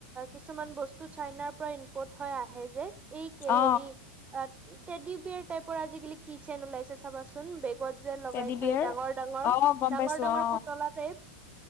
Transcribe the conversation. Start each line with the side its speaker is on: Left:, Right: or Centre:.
Right: কিছুমান বস্তু চাইনাৰ পৰা ইম্পৰ্ট হয় আহে যে। এই কে
Left: অ অ
Right: হেৰি আ টেডি বিয়াৰ টাইপৰ আজিকালি কিচেন ওলাইছে চাবাচোন। চোন বেগত যে লগাই
Left: টেডি
Right: থয়
Left: বিয়াৰ
Right: ডাঙৰ-ডাঙৰ,
Left: অ গম
Right: ডাঙৰ-ডাঙৰ
Left: পাইছো অ
Right: পুতলা টাইপ।